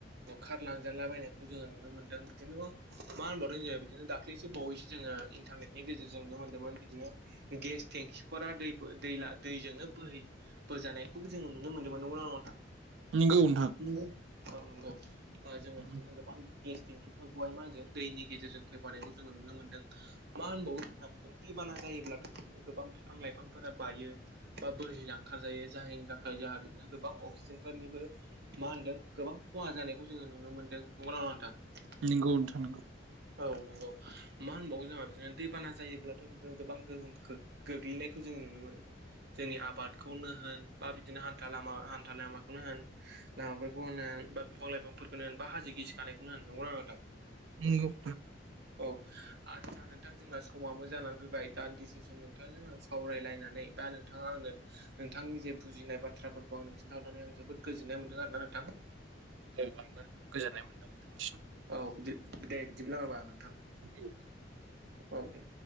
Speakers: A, on the right; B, on the right.
A: बुखार लांजाला बायनायखौ जोङो नुनो मोनदों बिदिनो मा होनबावदों जोङो बिदिनो दाख्लैसो बावैसो जोङो इन्टारनेटनि गेजेरजों नुनो मोन्दोंमोन बिदिनो गेस टेंखिफोरा दै दैला दैजोंनो बोहै बोजानायखौबो जोंङो नुनो मोनदोंमोन नंगौना नङा नोंथां
B: नोंगौ नोंथां
A: नंगौ औ नंगौ ओ जोङो
B: नंगौ
A: बिदिनो गोबां गेस थेंखिफोरखौहाय मा होनगोन दैनि गेजेरजों फैबानायखौ जोङो नुनो मोनदों मा होनबावो जोंहा बिदिनो दैबाना जायोब्ला बि बिदिनो गोबां बिफां लाइफांफोरा बायो बा बोहिलांखार जायो जायनि थाखाय जोंहा बिदिनो गोबां अक्सिजेनफोरनिबो मा होनदों गोबां खहा जानायखौ जोङो नुनो मोन्दों नंगौना नङा नोंथां
B: नंगौ नोंथां
A: औ नोंगौ मा होनबावो जोंहा दैबाना जायोब्लाथ' बि गोबां गोहोम खो गोग्लैनायखौ जोङो नुनो मोनो जोंनि आबादखौनो होन बा बिदिनो हान्थालामा हान्था लामाखौनो होन लामाफोरखौ होन बा बिफां लाइफांफोरखौ होन बा हाजो गिसि खानायखौनो होन नंगौना नोंथां
B: नंगौ नोंथां
A: औ आदसा नोंथां जोंहा समावो जानानै फैबाय दान्दिसे सम नोंथांजों आं सावरायलायनानै बा नोंथाङा आंनो नोंथांनि जे बुजिनाय बाथ्राफोरखौ आं खिन्थाहरानानै आं जोबोद गोजोननाय मोन्दों आरो ना नोंथां
B: औ आङो गोजोननाय <unintelligible>
A: औ बिदि दे बिदिब्ला नोंथां
B: औ दे
A: औ दे